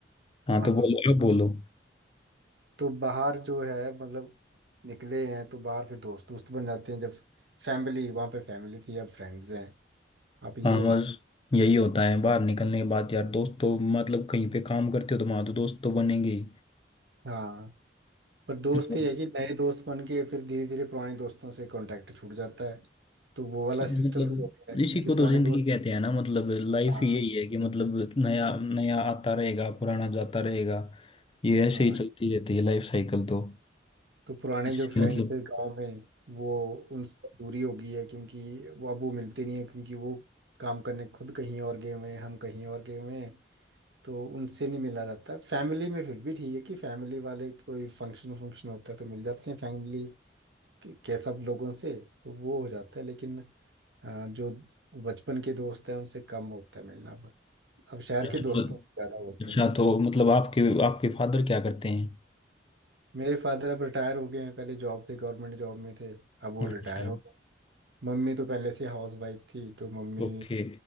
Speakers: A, on the left (about 30°); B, on the right (about 65°).
A: हाँ
B: हाँ
A: तो बोलो आप बोलो
B: तो बाहर जो है मतलब निकले हैं तो बाहर फिर दोस्त दोस्त बन जाते हैं जब फैमिली वहाँ पे फैमिली थी अब फ्रेंड्स हैं अब ये
A: हाँ बस यही होता है बाहर निकलने के बाद यार दोस्त तो मतलब कहीं पे काम करते हो तो वहां तो दोस्त तो बनेंगे ही।
B: हाँ पर दोस्त
A: और
B: ये है कि नए दोस्त बन के फिर धीरे धीरे पुराने दोस्तों से कांटेक्ट छूट जाता है तो वो वाला
A: हाँ, मतलब
B: सिस्टम भी होता है क्योंकि
A: इसी को
B: पुराने
A: तो जिंदगी
B: दोस्त
A: कहते हैं ना मतलब लाइफ
B: हाँ
A: ही यही है कि मतलब नया नया आता रहेगा पुराना जाता रहेगा ये ऐसे
B: हाँ
A: ही चलती रहती है लाइफ साइकिल तो
B: तो पुराने
A: इसलिए
B: जो फ्रेंड्स
A: मतलब
B: थे गांव में वो उनसे दूरी हो गई है क्योंकि वो अब वो मिलते नहीं है क्योंकि वो काम करने खुद कहीं और गए हुए हैं हम कहीं और गए हुए हैं तो उनसे नहीं मिला जाता फैमिली में फिर भी ठीक है कि फैमिली वाले कोई फंक्शन फंक्शन होता है तो मिल जाते हैं फैमिली के, के सब लोगों से तो वो हो जाता है लेकिन अ, जो बचपन के दोस्त हैं उनसे कम होता है मिलना अब अब शहर
A: हाँ
B: के दोस्तों से ज़्यादा होता
A: अच्छा
B: है मिलना
A: तो मतलब आपके आपके फादर क्या करते हैं
B: मेरे फादर अब रिटायर हो गए हैं पहले जॉब थे गवर्नमेंट जॉब में थे अब वो
A: अच्छा
B: रिटायर हो गए मम्मी तो पहले से हाउस वाइफ थी तो मम्मी
A: ओके